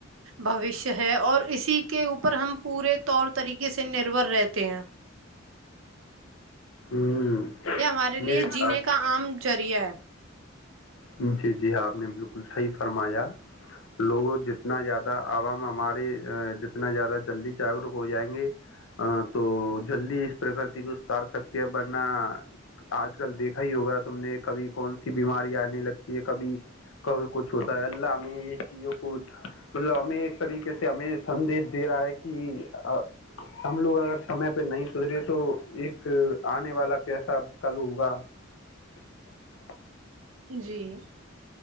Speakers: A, on the right (about 80°); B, on the left (about 75°).
A: بوش ہے اور اسی کے اوپر ہم پورے طور طریقے <unintelligible> سے نربھر رہتا <unintelligible> تے ہیں <unintelligible>
B: ہوں <unintelligible>
A: یہ ہمارے لیے
B: میرے حساب
A: جینے کا عم <unintelligible> چارہ <unintelligible>
B: جی جی ہاں آپ نے بالکل صحیح فرمایا لوگوں جتنا زیادہ عوام ہمارے جتنا زیادہ جلدی جاگروک ہو جائیں گے تو جلدی اس پرکرتی کو اتار سکتے ہیں ورنہ آج کل دیکھا ہی ہوگا تم نے کبھی کون سی بیماری آ رہ <unintelligible> لگتی ہے کبھی کب کچھ ہوتا ہے اللہ ہمیں یہ چیزوں کو مطلب ہمیں ایک طریقے سے ہمیں سندیش دے رہا ہے کہ ہم لوگ اگر سمے پہ نہیں دریے تو ایک آنے والا کیسا کل ہوگا <unintelligible>
A: جی